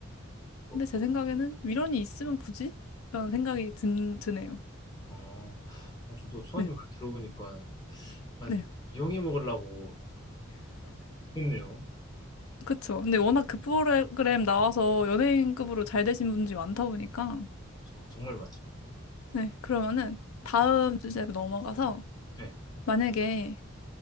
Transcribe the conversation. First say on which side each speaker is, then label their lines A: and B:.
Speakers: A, on the left; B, on the left.
A: 그쵸.
B: 근데 제 생각에는 위로이 있으면 굳이? 라는 생각이 든, 드네요.
A: 아, 어, 저도 수아님
B: 네,
A: 말 들어보니까 약간
B: 네,
A: 이용해 먹으려고 했네요.
B: 그쵸. 근데 워낙 그 프로그램 나와서 연예인급으로 잘 되신 분들이 많다 보니까
A: 그쵸. 정말 맞죠.
B: 네, 그러면은 다음 주제로 넘어가서
A: 네.
B: 만약에